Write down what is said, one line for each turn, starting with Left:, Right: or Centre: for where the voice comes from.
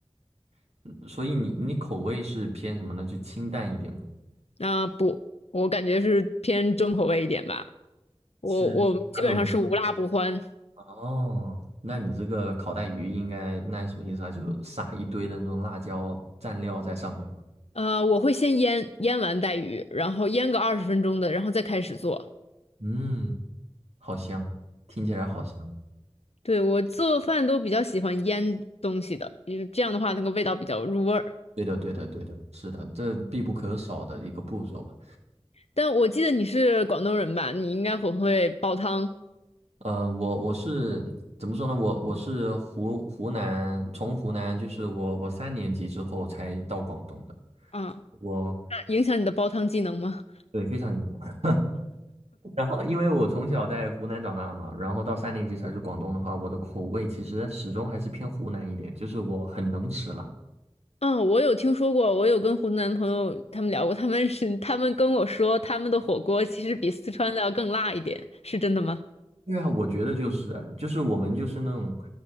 Right: <laughs> 所以你你口味是偏什么呢？就清淡一点吗？
Left: 啊、不，我感觉是偏重口味一点吧。我我们基本上是无辣不欢。
Right: 吃哪种东西哦，那你这个烤带鱼应该那什么意思啊？就撒一堆的那种辣椒蘸料在上面嘛。
Left: 呃，我会先腌，腌完带鱼，然后腌个二十分钟的，然后再开始做。
Right: 嗯，好香，听起来好香。
Left: 对，我做饭都比较喜欢腌东西的，因为这样的话那个味道比较入味儿。
Right: 对的，对的，对的，是的，这必不可少的一个步骤吧。
Left: 但我记得你是广东人吧？你应该很会煲汤
Right: 呃，我我是怎么说呢？我我是湖湖南，从湖南就是我我三年级之后才到广东的。
Left: 啊，
Right: 我
Left: 那影响你的煲汤技能吗？
Right: 对非常影响。然后，因为我从小在湖南长大嘛，然后到三年级才去广东的话，我的口味其实始终还是偏湖南一点，就是我很能吃辣。
Left: 嗯，我有听说过，我有跟湖南朋友他们聊过，他们是他们跟我说，他们的火锅其实比四川的要更辣一点，是真的吗？
Right: 对啊，我觉得就是就是我们就是那种，